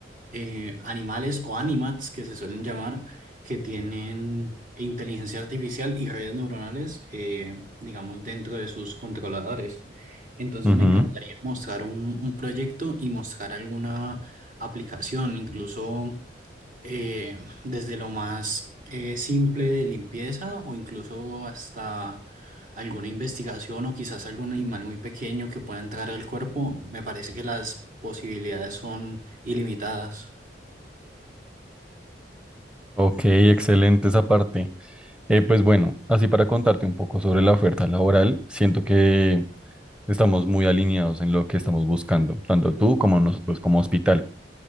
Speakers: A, on the right (about 50°); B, in the centre.
A: eh, animales o animats que se suelen llamar, que tienen inteligencia artificial y redes neuronales, eh, digamos, dentro de sus controladores. Entonces
B: Ujú.
A: me encantaría mostrar un, un proyecto y mostrar alguna aplicación, incluso eh, desde lo más eh, simple de limpieza o incluso hasta alguna investigación o quizás algún animal muy pequeño que pueda entrar al cuerpo. Me parece que las posibilidades son ilimitadas.
B: Ok, excelente esa parte. Eh, pues bueno, así para contarte un poco sobre la oferta laboral, siento que estamos muy alineados en lo que estamos buscando, tanto tú como nosotros como hospital.